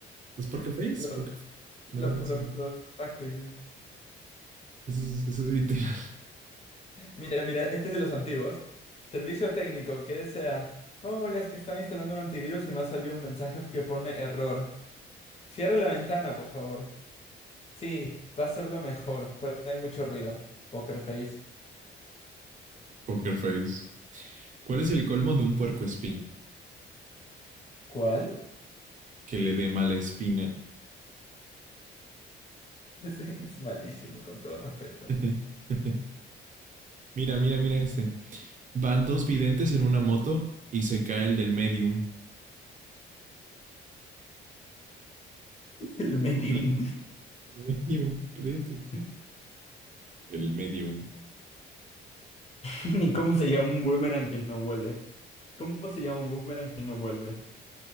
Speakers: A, on the right (about 40°); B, on the left (about 30°).
A: los Pokerface,
B: Los...
A: Pokerface.
B: Los...
A: No, no
B: Los...
A: sé.
B: los- ah, ¿qué
A: Eso es, eso es literal.
B: Mira, mira, este es de los antiguos. Servicio técnico, ¿qué desea? Hola, es que están instalando un antivirus y me ha salido un mensaje que pone error. Cierre la ventana, por favor. Sí, va a ser lo mejor. Fuera hay mucho ruido. Poker Face.
A: <laughs> Pokerface. ¿Cuál es el colmo de un puercoespín
B: ¿Cuál?
A: Que le dé mala espina.
B: <laughs> Ese es malísimo, con todo respeto.
A: <laughs> mira, mira, mira este. Van dos videntes en una moto y se cae el del medium.
B: El medium.
A: Ríe, el medium, ríete.
B: <laughs>
A: El medium.
B: ¿Y cómo se llama un boomerang que no vuelve? ¿Cómo se llama un boomerang que no vuelve?